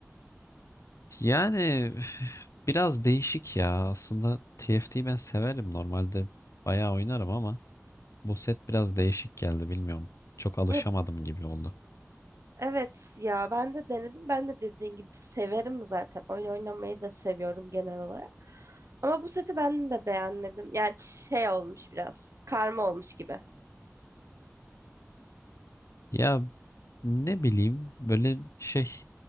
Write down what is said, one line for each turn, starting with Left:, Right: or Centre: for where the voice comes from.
Left: Yani üf, biraz değişik ya. Aslında TFT'yi ben severim. Normalde bayağı oynarım ama Bu set biraz değişik geldi bilmiyorum. Çok alışamadım
Right: Ya,
Left: gibi oldu.
Right: evet ya ben de denedim. Ben de dediğin gibi severim zaten. Oyun oynamayı da seviyorum genel olarak. Ama bu seti ben de beğenmedim. Yani şey olmuş biraz. Karma olmuş gibi.
Left: Ya ne bileyim böyle şey